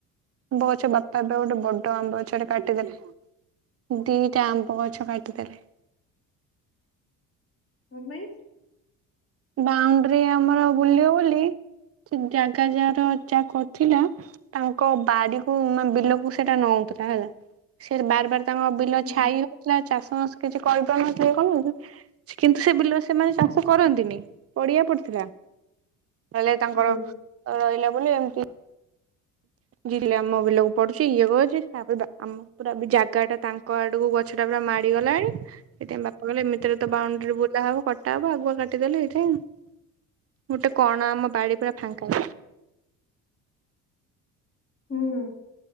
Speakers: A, on the right (about 35°); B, on the left (about 30°).
A: ଆମ୍ବ ଗଛ ବାପା ଏବେ ଗୋଟେ ବଡ ଆମ୍ବ ଗଛଟେ କାଟିଦେଲେ ଦିଟା ଆମ୍ବ ଗଛ କାଟିଦେଲେ।
B: କଣପାଇଁ।
A: ବାଉଣ୍ଡରି ଆମର ବୁଲିବ ବୋଲି ସେ ଜାଗା ଯାହାର ଯାକଥିଲା ତାଙ୍କୁ ବାଡିକୁ ବିଲକୁ ସେଇଟା ନଉଥିଲା ହେଲା ସେ ବାର ବାର ତାଙ୍କ ବିଲ
B: ହୁଁ
A: ଛାଇ ହଉଥିଲା ଚାଷ ବାସ କିଛି କରିପାରୁନଥିଲେ କଣ କିନ୍ତୁ ସେ ବିଲରେ ସେମାନେ ଚାଷ କରନ୍ତିନି ପଡିଆ ପଡିଥିଲା ହେଲେ ତାଙ୍କର
B: ହୁଁ
A: ରହିଲା ବୋଲି ଏମ୍ ହ <inaudible> ଯିଲେ ଆମ ବିଲକୁ ପଡୁଛି ଇଏ କରଛି ତାପରେ ଆମ ପୁରା ବି ଜାଗା ଟା ତାଙ୍କ ଆଡକୁ ଗଛ ଟା ପୁରା ମାଡିଗଲାଣି ସେଥିପାଇଁ ବାପା କହଲେ ଏମିତି ଏରେ ତ ବାଉଣ୍ଡରୀ ବୁଲାହବ ଟାବ ଆଗୁଆ କାଟିଦେଲେ ହେଥିପାଇଁ ଆଉ ଗୋଟେ କଣ ଆମ ବାଡି ପୁରା ଫାଙ୍କା
B: ହୁଁ,